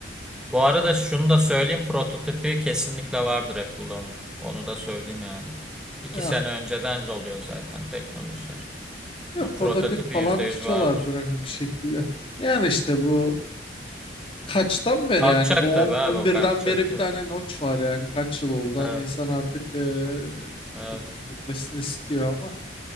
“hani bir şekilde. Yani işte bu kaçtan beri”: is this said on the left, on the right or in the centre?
Left